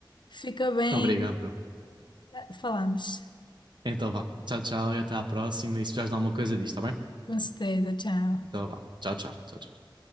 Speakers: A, on the left; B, on the right.
A: Fica bem.
B: Obrigado, Bel.
A: Falamos.
B: Então vá. Tchau, tchau e até à próxima. E se precisares de alguma coisa disto, tá bem?
A: Com certeza. Tchau.
B: Então vá. Tchau, tchau. Tchau, tchau.